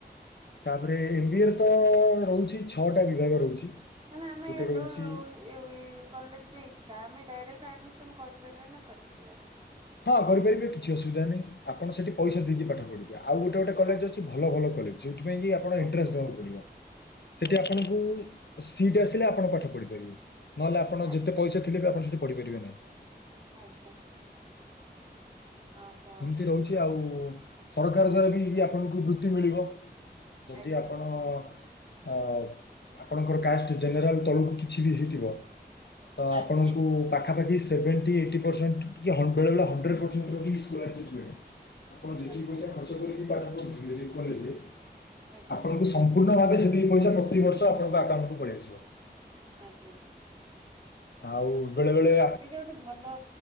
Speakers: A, on the left; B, on the right.
A: ତାପରେ ଏମ ବି ଏ ର ତ ରହୁଛି ଛଅଟା ବିଭାଗ ରହୁଛି।
B: ତାମେ ଆମେ
A: ଗୋଟେ ରହୁଛି
B: ଯୋଉ ଏ ହୁଇ କଲେଜ ର ଇଚ୍ଛା ଆମେ ଡାଇରେକ୍ଟ ଆଡମିସନ କରିପାରିବା ନା କରିପାରିବାନି
A: ହଁ କରିପାରିବେ କିଛି ଅସୁବିଧାନାହିଁ ଆପଣ ସେଠି ପଇସା
B: ଆଜ୍ଞା
A: ଦେଇକି ପାଠ ପଢି ଆଉ ଗୋଟେ ଗୋଟେ କଲେଜ
B: ଆଜ୍ଞା
A: ଅଛି ଭଲ ଭଲ କଲେଜ ଯୋଉଥିପାଇଁଁ କି ଆପଣ ଏଣ୍ଟାନ୍ସଦବାକୁ
B: ଆଜ୍ଞା
A: ପଡିବ ସେଠି
B: ଆଜ୍ଞା
A: ଆପଣଙ୍କୁ ସିଟି ଆସିଲେ ଆପଣ ପାଠ ପଢିପାରିବେ ନହେଲେ ଆପଣ
B: ଆଜ୍ଞା।
A: ଯେତେ ପଇସା ଥିଲେ ବି ଆପଣ ସେଠି ପଢିପାରିବେନି
B: ଆଜ୍ଞା ଓହୋ
A: ଏମିତି ରହୁଛି ଆଉ ସରକାର ଦ୍ଵାରା ବି ଆପଣଙ୍କୁ ବୃତ୍ତି ମିଳିବ ଯଦି
B: ଆଜ୍ଞା।
A: ଆପଣ ଆ ଆପଣଙ୍କର କାଷ୍ଟ ଜେନେରାଲ ତଳକୁ କିଛି ବି ହେଇଥିବ। ତ ଆପଣଙ୍କୁ
B: ଆଜ୍ଞା
A: ପାଖାପାଖି ସେଭେଣ୍ଟି ଏଇଟି ପରସେଣ୍ଟ କି ହଣ୍ଡ୍ରେଡ୍ ରୁ ହଣ୍ଡ୍ରେଡ଼୍ ପରସେଣ୍ଟ ରହି କୁଆଡେ ଯିବେ ଆପଣ ଯେତିକି
B: ଆଜ୍ଞା
A: ପଇସା ଘର୍ଚ୍ଚ କରିକି ପାଠ ପଢି ଥିଲେ ଏଇ କଲେଜ ରେ।
B: ଆଜ୍ଞା
A: ଆପଣଙ୍କୁ ସମ୍ପୂର୍ଣ୍ଣ ଭାବେ ସେତିକି ପଇସା ପ୍ରତିିବର୍ଷ ଆପଣଙ୍କ ଆକାଉଣ୍ଟକୁୁ ପଳେଇଆସିବ।
B: ଆଜ୍ଞା
A: ଆଉ ବେଳେବେେଳେ
B: ଏଇଟା ଗୋଟେ ଭଲ